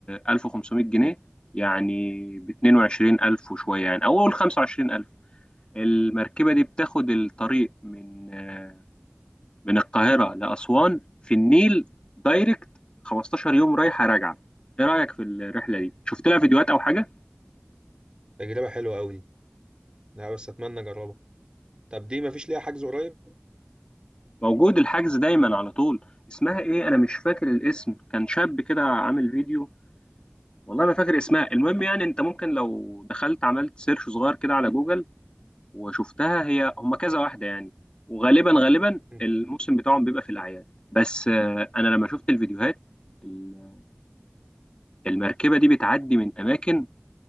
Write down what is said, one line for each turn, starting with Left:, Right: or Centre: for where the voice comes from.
Left: 1500 جنيه يعني ب 22000 وشوية يعني أو أول 25000 المركبة دي بتاخد الطريق من آه، من القاهرة لأسوان في النيل دايركت 15 يوم رايحة راجعة ايه رأيك في الرحلة دي شفت لها فيديوهات أو حاجة
Right: تجربة حلوة أوي دي لا بس أتمنى أجربها طب دي مفيش ليها حجز قريب
Left: موجود الحجز دايما على طول اسمها ايه انا مش فاكر الاسم كان شاب كده عامل فيديو والله ما فاكر اسمها المهم يعني انت ممكن لو دخلت عملت سيرش صغير كده على جوجل وشفتها هي هما كذا واحدة يعني وغالبا غالبا
Right: انت
Left: الموسم بتاعهم بيبقى في الاعياد بس آه، انا لما شفت الفيديوهات ال- المركبة دي بتعدي من اماكن